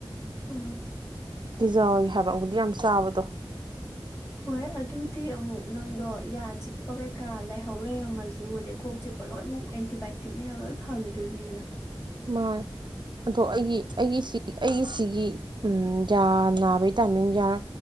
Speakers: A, on the left (about 25°); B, on the right (about 60°).
A: ꯑ
B: ꯀꯤꯖꯥꯎꯤ ꯍꯥꯏꯕ ꯑꯩꯈꯗꯤ ꯌꯥꯝ ꯆꯥꯕꯗꯣ
A: ꯍꯣꯏ ꯑꯗꯨꯗꯤ ꯑꯃꯨꯛ ꯅꯪꯗꯣ ꯌꯥ ꯆꯤꯛꯄ ꯀꯩꯀꯥ ꯂꯩꯍꯧ ꯂꯩꯔꯝꯃꯁꯨꯨ ꯑꯗꯩ ꯀꯣꯛ ꯆꯤ ꯆꯣꯞꯄ ꯂꯣꯏꯃꯨꯛ ꯑꯦꯟꯇꯤꯕꯥꯏꯑꯣꯇꯤꯛꯅꯤꯅ ꯂꯣꯏ ꯐꯪꯈꯤꯗꯣꯏꯅꯦꯅ
B: ꯃꯥ ꯑꯗꯣ ꯑꯩꯒꯤ ꯑꯩꯒꯤꯁꯤ ꯑꯩꯒꯤ ꯁꯤꯒꯤ ꯌꯥ ꯅꯥꯕꯒꯤ ꯇꯥꯏꯃꯤꯡ ꯌꯥꯔ